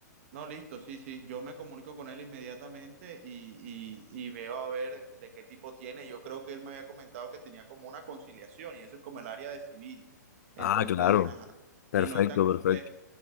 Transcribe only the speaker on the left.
Ah, claro.
Perfecto,
perfecto.